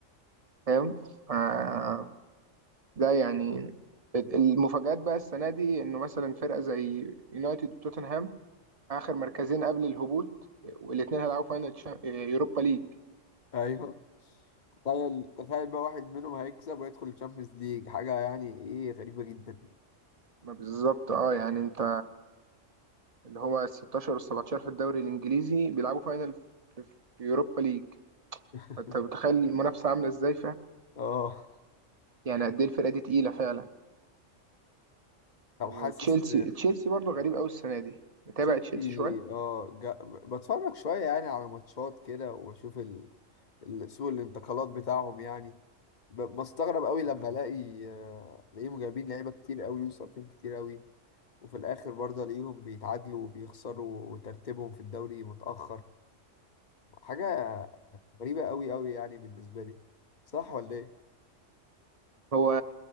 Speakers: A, on the right; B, on the left.
A: فاهم آه ده يعني ال- المفاجآت بقى السنة دي انه مثلا فرقة زي يونايتد وتوتنهام اخر مركزين قبل الهبوط والاتنين هيلعبوا فاينل تشا- آه، يوروبا ليج
B: ايوه تخيل تخيل بقى واحد منهم هيكسب ويدخل الشامبيونز ليج حاجة يعني ايه غريبة جدا
A: ما بالظبط اه يعني انت اللي هو ال 16 وال 17 في الدوري الانجليزي بيلعبوا فاينل في في يوروبا ليج
B: <laughs>
A: فانت متخيل المنافسة عاملة ازاي
B: اه
A: يعني قد ايه الفرقه دي تقيله فعلا
B: طب
A: وتشيلسي
B: حاسس
A: تشيلسي برضه غريب قوي السنه دي متابع
B: تشيلسي
A: تشيلسي شويه
B: اه جا- بتفرج شوية يعني على ماتشات كده واشوف ال... ال- سوق الانتقالات بتاعهم يعني ب- بستغرب قوي لما الاقي آه، الاقيهم جايبين لعيبة كتير قوي وصابين كتير قوي وفي الاخر برضه الاقيهم بيتعادلوا وبيخسروا وترتيبهم في الدوري متأخر حاجة غريبة قوي قوي يعني بالنسبة لي صح ولا ايه؟
A: هو